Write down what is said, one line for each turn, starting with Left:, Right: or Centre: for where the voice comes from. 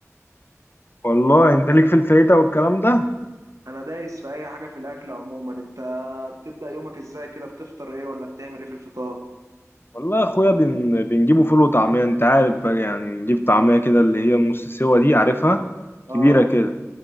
Left: والله انت ليك في الفايته والكلام ده
Right: انا دايس في اي حاجه في الاكل عموما انت بتبدا يومك ازاي كده بتفطر ايه ولا بتعمل ايه في الفطار
Left: والله يا اخويا بن... بنجيبه فول وطعميه انت عارف بقى يعني بنجيب طعميه كده اللي هي النص سوا دي عارفها
Right: اه
Left: كبيره كده